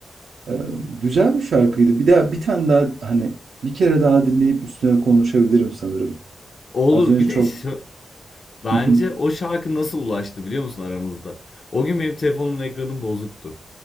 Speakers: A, on the right; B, on the left.
A: Eee, güzel bir şarkıydı. Bir daha bir tane daha hani bir kere daha dinleyip üstüne konuşabilirim sanırım.
B: Olur.
A: Az önce
B: Bir
A: çok
B: de şö-
A: <laughs>
B: bence
A: Hı hı.
B: o şarkı nasıl ulaştı biliyor musun aramızda? O gün benim telefonumun ekranı bozuktu.